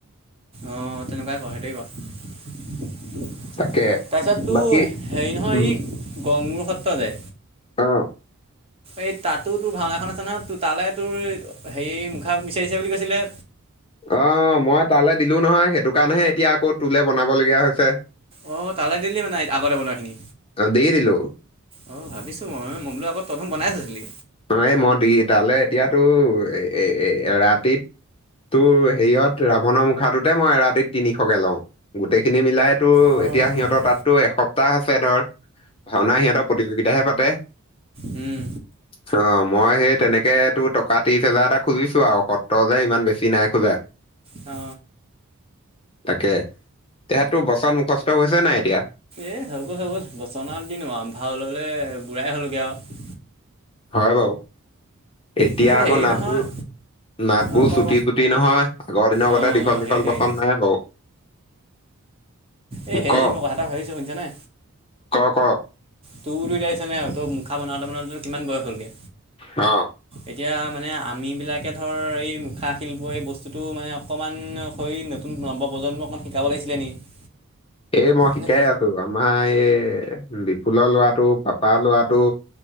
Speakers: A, on the right; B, on the left.
A: অ তেনেকুৱাই কৰ সেইটে ক
B: তাকে
A: তাৰপিছত তোৰ
B: বাকী
A: হেৰি নহয়
B: উম,
A: ই গংমুৰ সত্ৰ যে
B: অ।
A: এই তাতো তোৰ ভাওনা এখন আছে নহয়, তোৰ তালৈ তোৰ হেৰি মুখা বিচাৰিছে বুলি কৈছিলে।
B: অ মই তালৈ দিলো নহয়, সেইটো কাৰণেহে এতিয়া আকৌ তোে বনাবলগীয়া হৈছে।
A: অ তালৈ দিলি মানে আগতে বনোৱা খিনি।
B: অ, দি দিলো
A: অ ভাবিছোঁ মই, মই বুলো আকৌ তই দুখুন বনাই থৈছিলি।
B: অ এই মই দি তালৈ এতিয়াতো এ-এ-এ ৰাতিত তোৰ হেৰিয়ত ৰাৱণৰ মুখাটোতে মই এ ৰাতিত তিনিশকে লওঁ, গোটেইখিনি মিলাই তো
A: অঁ
B: এতিয়া সিহঁতৰ তাতো এসপ্তাহ আছে ধৰ, ভাওনা সিহঁতৰ প্ৰতিযোগিতাহে পাতে।
A: উম।
B: অ মই সেই তেনেকে তোৰ টকা ত্ৰিশ হোজাৰ এটা খুজিছো আৰু, সত্ৰ যে ইমান বেছি নাই খোজা।
A: অ।
B: তাকে। তেহেততো বচন মুখস্থ হৈছে নাই এতিয়া?
A: এ হৈ গ'ল হৈ গ'ল বচনা আৰু কিনো আৰু ভাললে বুঢ়াই হ'লগে আৰু।
B: হয় বাৰু, এতিয়া
A: তাৰপিছত
B: আকৌ
A: হেৰি
B: নাটবোৰ
A: নহয়
B: নাটবোৰ
A: অঁ ক
B: চুটি
A: অঁ
B: চুটি নহয়, আগৰ দিনৰ
A: অঁ
B: গতে দীঘল
A: সেইটোৱেই
B: দীঘল পচন্দ নাই বাৰু। <unintelligible>
A: এই হেৰি
B: ক
A: মই কথা এটা ভাবিছোঁ শুনিছানে?
B: ক ক
A: তোৰটো এতিয়া হিচাপ নাই আৰু তোৰ মুখা বনাওঁতে বনাওঁতে কিমান বয়স হ'লগে।
B: অ।
A: এতিয়া মানে আমিবিলাকে ধৰ এই মুখা শিল্প এই বস্তুটো মানে অকণমান শ নতুন নৱ-প্ৰজন্মক অকমান শিকাব লাগিছিলে নেকি?
B: এই মই শিকাই
A: নে
B: আছো, আমাৰ এই বিপুলৰ ল'ৰাটো পাপাৰ ল'ৰাটো,